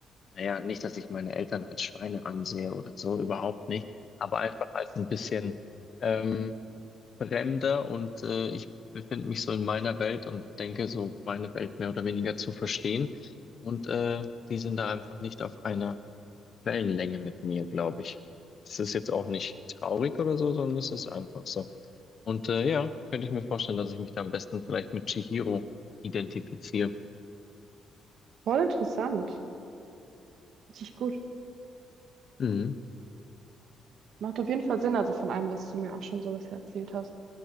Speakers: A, on the left (about 50°); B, on the right (about 70°).
A: naja, nicht, dass ich meine Eltern als Schweine ansehe oder so, überhaupt nicht, aber einfach als ein bisschen ähm, fremder und äh, ich befinde mich so in meiner Welt und denke so meine Welt mehr oder weniger zu verstehen. Und äh, die sind da einfach nicht auf einer Wellenlänge mit mir, glaube ich. Es ist jetzt auch nicht traurig oder so, sondern es ist einfach so. Und äh, ja, könnte ich mir vorstellen, dass ich mich da am besten vielleicht mit Chihiro identifiziere.
B: Voll interessant. Richtig gut.
A: Mhm.
B: Macht auf jeden Fall Sinn, also von allem, was du mir auch schon so bisher erzählt hast.